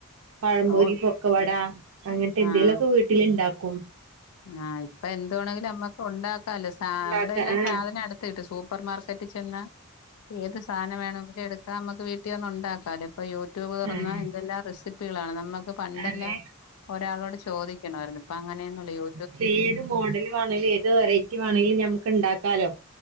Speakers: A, on the right (about 75°); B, on the left (about 90°).
A: പഴമ്പൊരി,
B: ഓഹ്
A: പൊക്കവട, അങ്ങൻത്തെന്തേലൊക്കെ
B: ആഹ്
A: വീ ട്ടില്ണ്ടാക്കും
B: ആഹ് ഇപ്പൊ എന്തുവേണെങ്കിലും നമ്മക്ക് ഉണ്ടക്കാല്ലോ, സ
A: ഉണ്ടാക്ക
B: ഇവിടെ എല്ലാം
A: ആഹ്
B: സാധനം അടുത്ത്‌ കിട്ടും, സൂപ്പർമാർക്ക ക്കറ്റ് ചെന്ന ഏത് സാനം വേണോങ്കിലും എടുക്കാംമക്ക് വീ ട്ടീന്നുണ്ടാക്കാലോ, ഇപ്പ യൂട്യൂബ് തൊറന്ന
A: ആഹ്
B: എന്തെല്ലാ റെസിപ്പികളാണ് നമ്മ പണ്ടല്ല
A: അതെ
B: ഒരാളോട് ചോദിക്കണവാര്ന്നു ഇപ്പ അങ്ങനെന്നുല്ല യു
A: പ്പേത് മോഡല് വാണേലും ഏത് വെറൈറ്റി വാണേലും ഞമക്ക്ണ്ടാക്കാലൊ